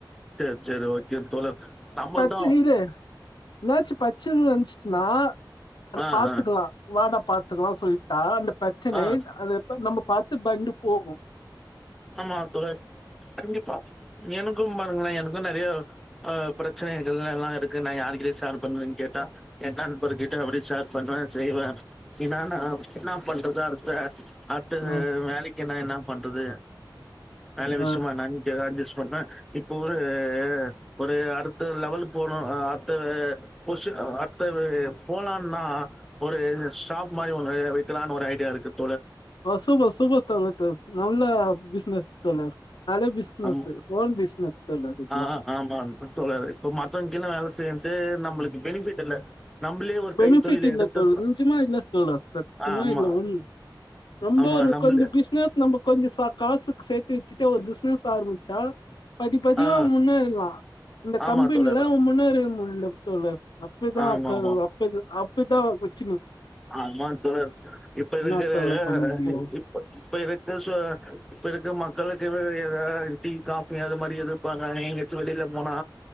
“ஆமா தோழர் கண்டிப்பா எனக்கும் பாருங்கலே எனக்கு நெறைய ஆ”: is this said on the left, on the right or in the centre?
Centre